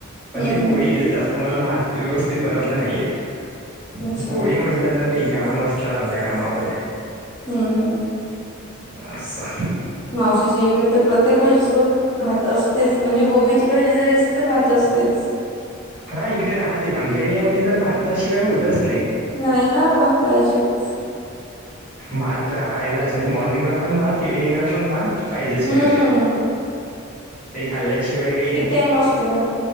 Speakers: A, in the centre; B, on the left.
A: पण
B: हम्म
A: ते
B: हम्म
A: पोळी जास्त तम्हाला भात व्यवस्थित बनवता नाहीेत
B: अच्छा
A: पोळी म्हटलं तर ठीक आहे आपण बसत आह त्या कामामध्ये
B: हम्म हम्म
A: अच्छा
B: मावशीच्या इकडे तर प्रत्येक भाजीसोबत भात असतेच म्हणजे गोबी भाजी जरी असली तर भात असते
A: हा इकडे राहतेच आमच्या एरियामध्ये तर भातसाशिवाय होतच नाही
B: नाही ना भात पाहिजेच
A: भात राहायलाच नाही मॉर्निंगला पण भात इव्हिनिंगला पण भात पाहिजेच
B: हम्म
A: पाहिजे ते खाल्ल्याशिवाय काही
B: नाही मस्त मात